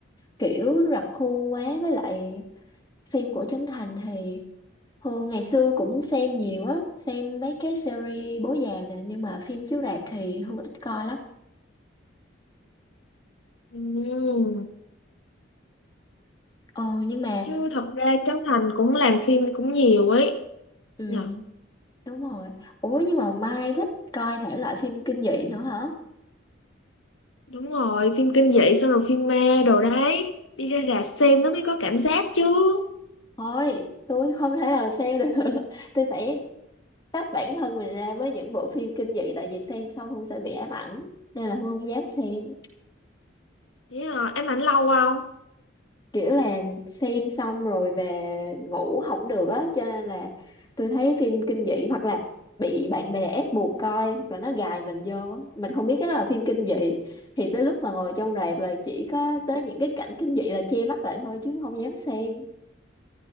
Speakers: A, on the left (about 20°); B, on the left (about 80°).
A: kiểu rập khuôn quá với lại phim của Trấn Thành thì Hương ngày xưa cũng xem nhiều á xem mấy cái series bố già nè nhưng mà phim chiếu rạp thì Hương ít coi lắm
B: Ừm.
A: ờ nhưng mà
B: chứ thật ra Trấn Thành cũng làm phim cũng nhiều ấy
A: ừ
B: nhờ
A: đúng rồi ủa nhưng mà Mai thích coi thể loại phim kinh dị nữa hả
B: Đúng rồi, phim kinh dị xong rồi phim ma đồ đấy. Đi ra rạp xem nó mới có cảm giác chứ.
A: Thôi, tôi không thể nào xem được. <laughs> Tôi phải tách bản thân mình ra với những bộ phim kinh dị tại vì xem xong không sẽ bị ám ảnh. Nên là Hương không dám xem.
B: Vậy hả? Ám ảnh lâu không?
A: Kiểu là xem xong rồi về ngủ không được á. Cho nên là tôi thấy phim kinh dị hoặc là bị bạn bè ép buộc coi hoặc là nó gài mình vô. Mình không biết cái đó là phim kinh dị. Thì tới lúc mà ngồi trong rạp là chỉ có tới những cái cảnh kinh dị là che mắt lại thôi chứ không dám xem.